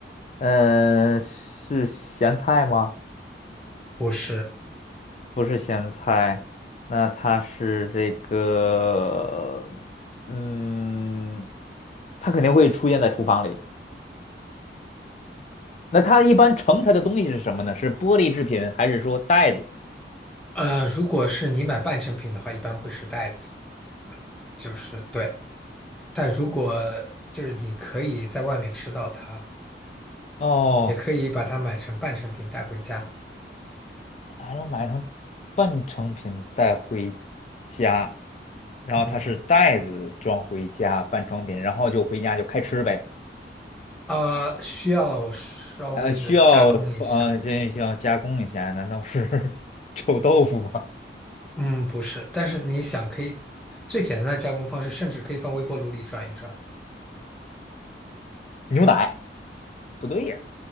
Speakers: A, on the left; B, in the centre.
A: 嗯，是咸菜吗？
B: 不是。
A: 不是咸菜，那它是这个，嗯，它肯定会出现在厨房里。那它一般盛它的东西是什么呢？是玻璃制品，还是说袋子？
B: 呃，如果是你买半成品的话，一般会是袋子，就是对。但如果就是你可以在外面吃到它，
A: 哦，
B: 也可以把它买成半成品带回家。
A: 还能买成半成品带回家，然后它是袋子装回家半成品，
B: 嗯，
A: 然后就回家就开吃呗。
B: 啊、需要稍微的加工一下。
A: 呃，需要呃，这需要加工一下，难道是 <laughs> 臭豆腐吗？
B: 嗯，不是，但是你想可以最简单的加工方式，甚至可以放微波炉里转一转。
A: 牛奶？不对呀，